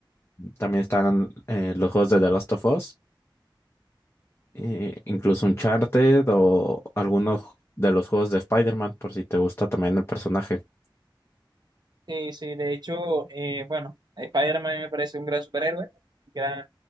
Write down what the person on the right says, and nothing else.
Sí, sí, de hecho, eh, bueno, Spider-Man me parece un gran superhéroe, gran,